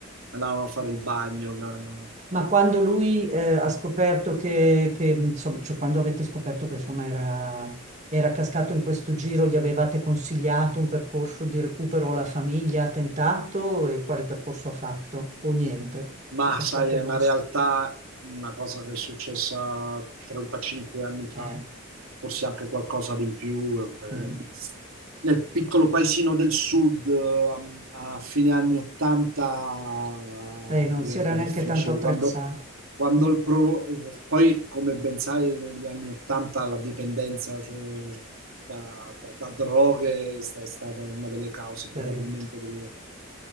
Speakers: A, on the right; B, on the right.
A: andavamo a fare il bagno. l-
B: Ma quando lui eh, ha
A: l-
B: scoperto che, che, insomma, cioè quando avete scoperto che insomma era, era cascato in questo giro, gli avevate consigliato un percorso di recupero la famiglia ha tentato e quale percorso ha fatto? O niente,
A: Ma
B: cioè cascato
A: sai, è
B: e basta.
A: una realtà, una cosa che è successa 35 anni fa,
B: Eh,
A: forse anche qualcosa di in più. eh.
B: mm.
A: Nel piccolo paesino del sud, eh, a, a fine anni 80,
B: E
A: eh,
B: non
A: diventa
B: si era neanche
A: difficile.
B: tanto attrezzati.
A: Quando, quando
B: Mm.
A: il pro- Poi, come ben sai, negli anni 80 la dipendenza, cioè, da, da- da droghe sta- è stata una delle cause probabilmente
B: Terribile.
A: delle